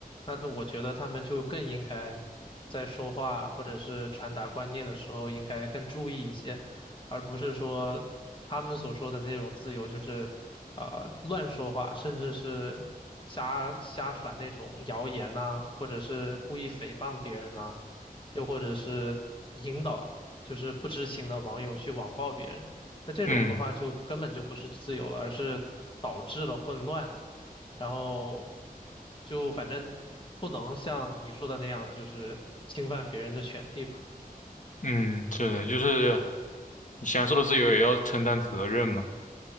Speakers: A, on the left; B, on the left.
A: 那我觉得他们就更应该在说话或者是传达观念的时候，应该更注意一些，而不是说他们所说的那种自由，就是啊、呃乱说话，甚至是瞎瞎传那种谣言呐、或者是故意诽谤别人呐、又或者是。引导。就是不知情的网友去网暴别人，那这种的话就根本就不是自由了，
B: 嗯
A: 而是导致了混乱，然后就反正不能像你说的那样，就是侵犯别人的权利吧。
B: 嗯，是的，就是你享受的自由也要承担责任嘛，